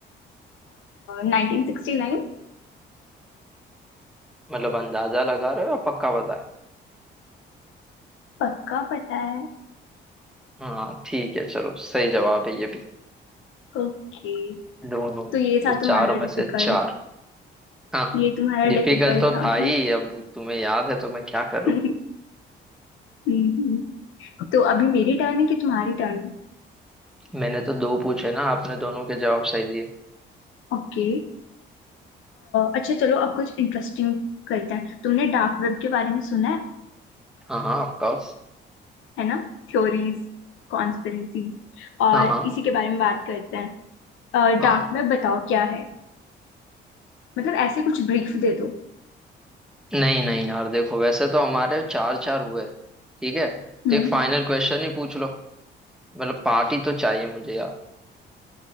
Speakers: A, on the left (about 80°); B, in the centre.
A: Nineteen sixty nine
B: मतलब अंदाजा लगा रहे हो या पक्का बताए
A: पक्का पता है
B: हाँ ठीक है चलो सही जवाब है ये भी
A: ओके
B: दोनों
A: तो ये
B: तो
A: था
B: चार
A: तुम्हारा
B: में से
A: डिफिकल्ट
B: चार हाँ
A: ये तुम्हारा
B: डिफिकल्ट
A: डिफिकल्ट
B: तो
A: था
B: था ही
A: हाँ
B: अब तुम्हें याद है तो मैं क्या
A: <laughs>
B: करूँ
A: हम्म। तो अभी मेरी टर्न है कि तुम्हारी टर्न है
B: मैंने तो दो पूछे ना आपने दोनों के जवाब सही दिए
A: ओके अच्छा चलो अब कुछ इंटरेस्टिंग करते हैं तुमने डार्क वेब के बारे में सुना
B: हाँ हाँ ऑफकोर्स
A: है ना थ्योरीज कॉन्स्पिरेसीज और
B: हाँ हाँ
A: इसी के बारे में बात करते हैं
B: हाँ
A: डार्क वेब बताओ क्या है मतलब ऐसे कुछ ब्रीफ दे दो
B: नहीं नहीं यार देखो वैसे तो हमारे चार चार हुए ठीक है
A: हम्म
B: तो एक फाइनल क्वेश्चन ही पूछ लो मतलब पार्टी तो चाहिए मुझे यार